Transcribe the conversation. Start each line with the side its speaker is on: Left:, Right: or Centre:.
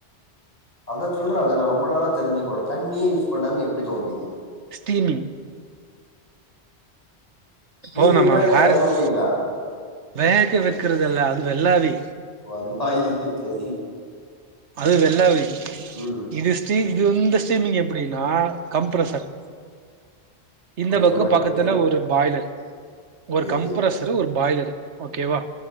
Left: அத சொல்றா அத நா ரொம்ப நாளா தெரிஞ்சக்கோனு தண்ணியே யூஸ் பண்ணாம எப்டி துவப்பீங்க
Right: ஸ்டீமிங் இப்ப
Left: ஸ்டீமிங்னா
Right: நம்ம
Left: என்ன
Right: ஹர்க்
Left: வேக வைப்பீங்களா
Right: வேக வைக்றதில்ல அது வெள்ளாவி
Left: ஓ அது பாய்லிங்கு செரி
Right: அது வெள்ளாவிஇது
Left: ம்
Right: ஸ்டிஇது வந்து ஸ்ட்ரீமிங் எப்டின்னா கம்ப்ரசர் இந்த
Left: புரியுற
Right: பக்கு
Left: மாதிரி
Right: பக்கத்துல
Left: சொல்றியா
Right: ஒரு பாய்லர் ஒரு
Left: சரி
Right: கம் கம்ப்ரசரு ஒரு பாய்லரு ஓகேவா